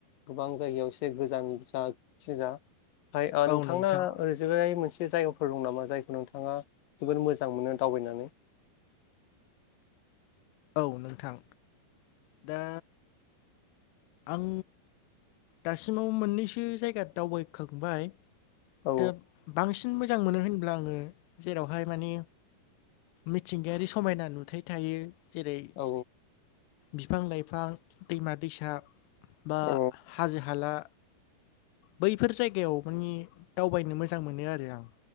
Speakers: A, on the left (about 65°); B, on the left (about 90°).
A: गोबां जायगायाव ए गोजान जखिा ओमफ्राय
B: औ
A: नोंथांना
B: नोंथां
A: ओरैजहाय मोनसे जायगाफोर दं नामा जायखौ नोंथाङा जोोबद मोजां मोनो दावबायनानै
B: औ नोंथां दा आं दासिमाव मोननैसो जायगा दावबायखांबाय
A: औ
B: दा बांसिन मोजां मोनो होनब्ला आङो जेरावहाय माने मिथिंगायारि समायना नुथाय थायो जेरै
A: औ
B: बिफां लाइफां दैमा दैसा बा
A: औ
B: हाजो हाला बैफोर जायगायाव मानिे दावबायनो मोजां मोनो आरो आं